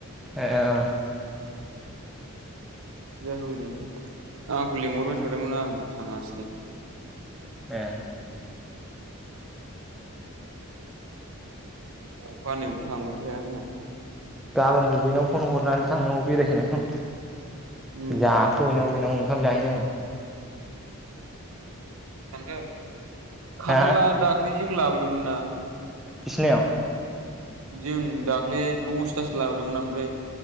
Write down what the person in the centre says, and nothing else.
ए ओ ओं।
ए
गाबोनबो बेनाव फन हरनानै थांनांगौ बेरायहैनांगौ
जाख्र हैनांगौ बे न'आव ओंखाम जाहैनांगौ
हा
बिसिनाव